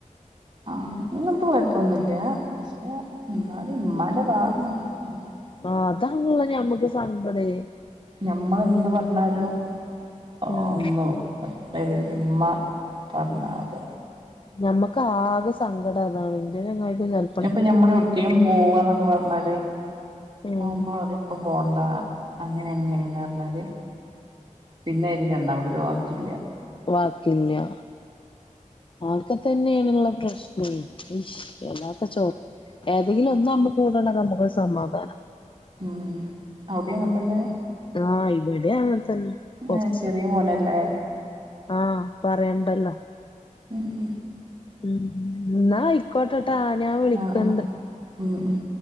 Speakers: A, on the right; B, on the left.
A: ആ ഇങ്ങൻത്തെ കൊഴപ്പൊന്നുല്യ. പക്ഷെ എന്നാലും ഇമ്മാന്റെ ഭാഗോർക്കുമ്പോ
B: ആഹ് അതാണലോ ഞമ്മക്ക് സങ്കടേയ്
A: ഞമ്മളെന്ന് പർഞ്ഞാരു ആ
B: ഉം
A: ഒന്നു അ <unintelligible> മ്മ പർഞ്ഞാ അത്
B: ഞമ്മക്കാകെ സങ്കടം അതാണ്. ഇന്റെ ചെങ്ങായിക്കും ചെൽ
A: അത്പ്പൊ ഞമ്മളൊവ്ട്ക്കേം പോവന്നൊക്കെ പറഞ്ഞാല് പ്പ
B: ഉം
A: മ്മ പറ്യും പ്പ പോണ്ട അങ്ങനേണ് ഇങ്ങനേണ് പർഞാല് പിന്നെ അയ്ല് രണ്ടാമതൊരു വാക്കില്യ
B: വാക്കില്യ ആക്കെത്തെന്നെണ്ള്ള പ്രശ്നേ ഷ് വല്ലാത്ത ചൊ ഏതെങ്കിലൊന്ന് നമ്മളെ കൂടണ്ടെങ്കി ഞമ്മക്കൊര് സമാധാന
A: ഉം ഔടിം അങ്ങൻത്തന്നെ
B: ആഹ് ഇബടിം അങ്ങൻതന്നെ കൊറച്ച്
A: ആഹ് ചെറിയ മോനല്ലേ
B: ആഹ് പറയണ്ടല്ലോ
A: ഉം ഉം
B: ഉം.. ന്നാ അയ്ക്കോട്ടെട്ടാ ആ ഞാൻ വിളിക്കണ്ട്
A: ആഹ് ആഹ് ഉം ഉം